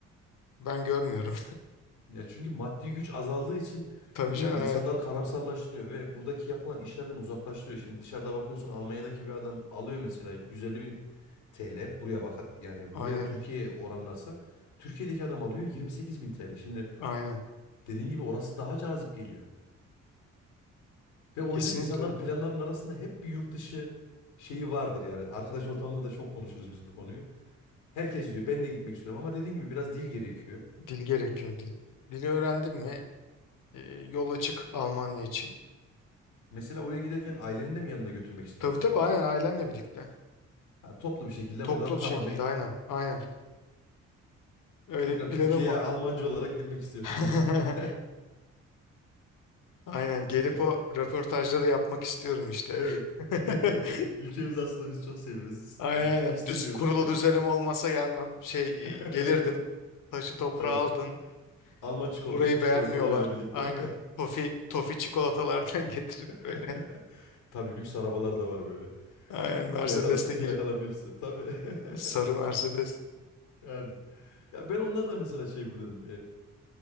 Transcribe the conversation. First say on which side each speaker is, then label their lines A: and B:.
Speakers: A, on the left; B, on the left.
A: ben görmüyorum.
B: Ya çünkü maddi güç azaldığı için
A: <laughs> Tabii
B: dediğim
A: canım
B: gibi
A: evet.
B: insanları karamsarlaştırıyor ve buradaki yapılan işlerden uzaklaştırıyor. Şimdi dışarıda bakıyorsun Almanya'daki bir adam alıyor mesela 150 bin TL buraya bak yani
A: Aynen.
B: buraya Türkiye'ye oranlarsa Türkiye'deki adam alıyor 28 bin TL. Şimdi
A: Aynen.
B: dediğin gibi orası daha cazip geliyor ve o
A: Kesinlikle
B: yüzden insanların
A: öyle.
B: planlarının arasında hep bir yurt dışı şeyi vardır yani arkadaş ortamında da çok konuşuruz biz bu konuyu. Herkes diyor ben de gitmek istiyorum ama dediğin gibi biraz dil gerekiyor.
A: Dil gerekiyor dil. Dili öğrendim mi e, yol açık Almanya için.
B: Mesela oraya giderken aileni de mi yanında götürmek istiyorsun?
A: Tabii tabii aynen ailemle birlikte.
B: Ha, toplu bir şekilde
A: Toplu
B: buradan tamamen
A: şekilde aynen. Aynen. Öyle
B: tekrar
A: bir planım
B: Türkiye'ye
A: var.
B: Almanca olarak girmek istiyorum
A: <laughs>
B: diyorsun yani.
A: Aynen gelip
B: <laughs>
A: o röportajları yapmak istiyorum işte.
B: Evet.
A: <laughs>
B: <laughs> Ülkemiz aslında biz çok seviyoruz. Biz
A: Aynen
B: gitmek
A: aynen.
B: istemiyorduk.
A: Düz, kurulu düzenim olmasa gelmem. Şey
B: <laughs>
A: e, gelirdim. Taşı toprağı
B: Tabii.
A: altın.
B: Alman çikolata
A: Burayı
B: çikolatalarıyla
A: beğenmiyorlar.
B: birlikte.
A: Aynen. Tofi, tofi çikolatalardan <laughs> getirip
B: <laughs>
A: böyle.
B: Tabii lüks arabalar da var böyle.
A: Aynen Mercedes'le
B: Plaka, plakaların
A: girip
B: hepsi. Tabii.
A: sarı
B: <laughs>
A: Mercedes.
B: Yani. Ya ben onlar da mesela şey buluyorum.